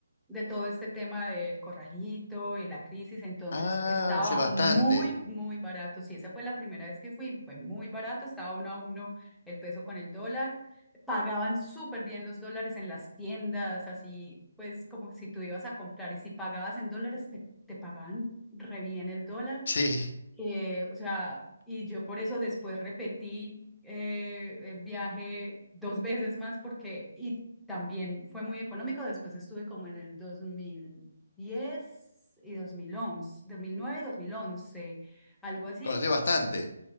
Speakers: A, in the centre; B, on the left.
A: de todo este tema del corralito y la crisis, entonces
B: ah,
A: estaba
B: sé bastante.
A: muy, muy barato. Sí, esa fue la primera vez que fui, fue muy barato, estaba uno a uno el peso con el dólar. Pagaban súper bien los dólares en las tiendas, así pues como si tú ibas a comprar y si pagabas en dólares, te, te pagaban re bien el dólar.
B: Sí,
A: Eh, o sea, y yo por eso después repetí eh, el viaje dos veces más porque, y también fue muy económico, después estuve como en el 2010 y 2011, 2009 y 2011, algo así,
B: conocés bastante.